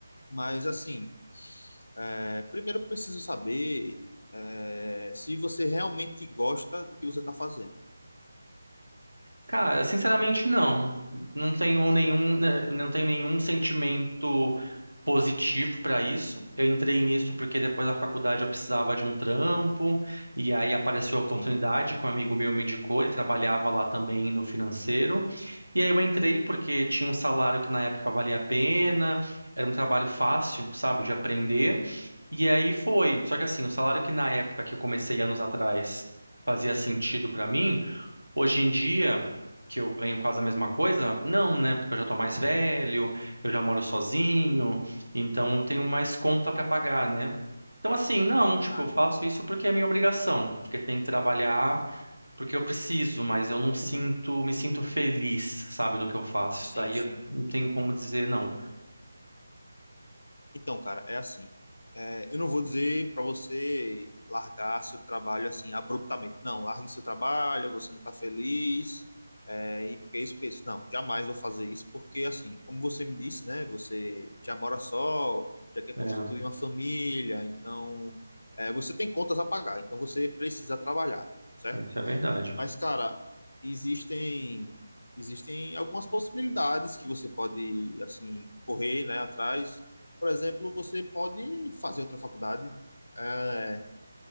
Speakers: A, on the left; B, on the right.
A: Mas assim, é, primeiro eu preciso saber é, se você realmente gosta do que você tá fazendo.
B: Cara, sinceramente não. Não tenho nenhum, né, eu não tenho nenhum sentimento positivo para isso. Eu entrei nisso porque depois da faculdade eu precisava de um trampo, e aí apareceu a oportunidade,
A: Sim.
B: que um amigo meu me indicou, ele trabalhava lá também no financeiro. E aí eu entrei porque tinha um salário que na época valia a pena, era um trabalho fácil, sabe, de aprender. E aí foi. Só que assim, o salário que na época que eu comecei anos atrás fazia sentido para mim Hoje em dia, que eu ganho quase a mesma coisa, não, né? Porque eu já tô mais velho, eu já moro sozinho, então eu tenho mais conta pra pagar, né? Então, assim, não, tipo,
A: Ah,
B: eu faço isso porque é minha obrigação, porque tem que trabalhar, porque eu preciso, mas eu não sinto, me sinto feliz, sabe, no que eu faço.
A: sim,
B: Isso Daí
A: sim.
B: eu não tenho como dizer não.
A: Então, cara, é assim. É, eu não vou dizer para você largar seu trabalho assim abruptamente. Não, largue seu trabalho, você não está feliz, é, e porque é isso, porque é isso. Não, jamais vou fazer isso, porque assim, como você me disse, né? Você já mora só, já quer
B: É,
A: constituir uma família, então é, você tem contas a pagar, então você precisa trabalhar, certo?
B: é, isso é verdade.
A: Mas, cara, existem existem algumas possibilidades que você pode, assim, correr, né, atrás. Por exemplo, você pode fazer outra faculdade. É,